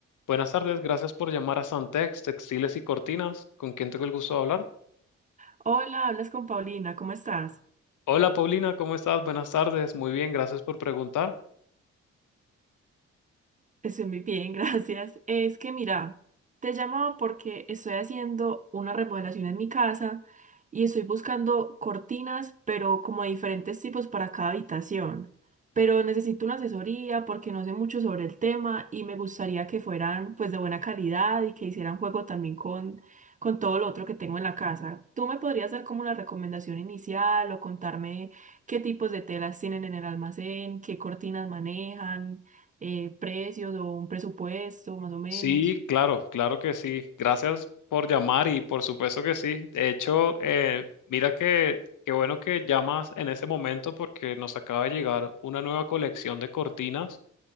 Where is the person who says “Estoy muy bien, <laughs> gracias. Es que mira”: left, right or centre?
Right